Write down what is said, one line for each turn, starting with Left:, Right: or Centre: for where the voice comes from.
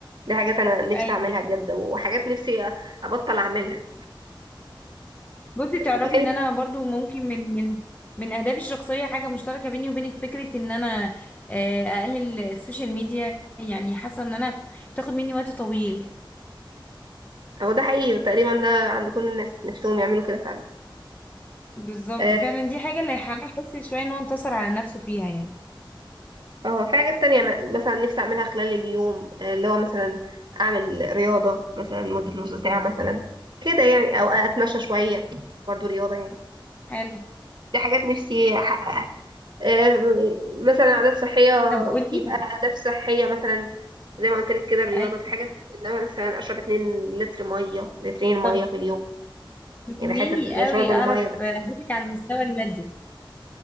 Right: دي حاجات انا نفسي
Left: ايوه
Right: اعملها بجد وحاجات نفسي ابطل اعملها
Left: بصي
Right: يعني
Left: تعرفي ان انا برضو ممكن من من من اهدافي الشخصيه حاجه مشتركه بيني وبينك فكره ان انا آه، اقلل السوشيال ميديا يعني حاسه ان انا بتاخد مني وقت طويل
Right: هو ده حقيقي تقريبا ده عند كل الناس نفسهم يعملوا كده فعلا
Left: بالظبط
Right: اه
Left: فعلا دي حاجه اللي هيخليه يحس شويه ان هو انتصر على نفسه فيها يعني
Right: آه، في حاجات تانية م- مثلا نفسي اعملها خلال اليوم آه، اللي هو مثلا اعمل رياضة مثلا مدة نص ساعة مثلا كده يعني او اتمشى شوية برضو رياضة يعني
Left: حلو
Right: دي حاجات نفسي احققها آه، مثلا عادات صحية
Left: طب قولي
Right: في بقى
Left: لي
Right: أهداف صحية مثلا زي ما قلت لك كده الرياضة
Left: أيوة.
Right: في حاجات إن أنا مثلا أشرب 2 لتر مية لترين مية
Left: طب
Right: في اليوم
Left: مني
Right: يعني حتة
Left: قوي
Right: شرب المية
Left: اعرف
Right: ده
Left: اهدافك على المستوى المادي